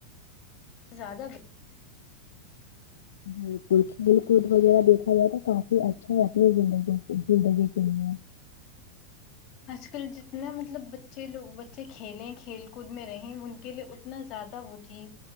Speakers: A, on the left; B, on the left.
A: زیادہ
B: بلکل کھیل کود وغیرہ دیکھا جائے تو کافی اچھا ہے اپنی زندگ زندگی کے لیے
A: آج کل جتنا مطلب بچے لوگ بچے کھیلیں کھیل کود میں رہے ان کے لیے اتنا زیادہ وہ چیز